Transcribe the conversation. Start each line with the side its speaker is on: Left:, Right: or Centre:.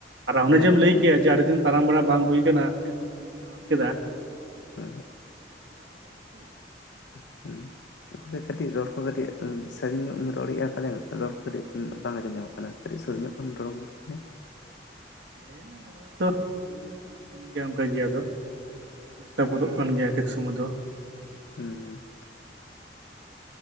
Right: ᱟᱨ ᱚᱱᱮ
Left: ᱦᱮᱸ
Right: ᱡᱮᱢ ᱞᱟᱹᱭ ᱠᱮᱜᱼᱟ ᱡᱮ ᱟᱹᱰᱤ ᱫᱤᱱ ᱛᱟᱨᱟᱢ ᱵᱟᱨᱟ ᱵᱟᱝ ᱦᱩᱭ ᱠᱟᱱᱟ, ᱮᱵᱟᱨ ᱦᱚᱜᱼᱚᱭᱮᱢ ᱛᱟᱨᱟᱢ ᱠᱮᱫᱟ
Left: ᱩᱸ ᱦᱩᱸᱜ᱾
Right: ᱛᱚ ᱠᱚᱢ ᱵᱤᱥᱤ
Left: <unintelligible> ᱩᱱᱠᱴᱷᱮᱡ ᱠᱟᱹᱴᱤᱡ ᱨᱚᱲ ᱠᱚ ᱠᱟᱹᱴᱤᱡ ᱚᱸ ᱥᱟᱹᱜᱤᱧ ᱧᱚᱜᱼᱮᱢ ᱨᱚᱲᱮᱜᱼᱟ ᱯᱟᱞᱮᱱ ᱨᱚᱲ ᱠᱚ ᱠᱟᱹᱴᱤᱡ ᱵᱟᱝ ᱟᱸᱡᱚᱢ ᱧᱟᱢᱚᱜ ᱠᱟᱱᱟ᱾ ᱠᱟᱹᱴᱤᱡ ᱥᱳᱨ ᱧᱚᱜ ᱠᱷᱚᱱ ᱨᱚᱲ ᱧᱚᱜ ᱢᱮ᱾
Right: ᱦᱮᱸ ᱱᱚᱜᱼᱚᱭ ᱛᱚ ᱠᱚᱢ ᱦᱩᱭᱩᱜ ᱠᱟᱱ ᱜᱮᱭᱟ ᱚᱝᱠᱟ ᱜᱮ ᱟᱫᱚ ᱰᱤᱥᱴᱟᱵ ᱜᱚᱫᱚᱜ ᱠᱟᱱ ᱜᱮᱭᱟ ᱮᱠᱮᱠ ᱥᱚᱢᱚᱭ ᱫᱚ᱾
Left: ᱦᱩᱸᱻ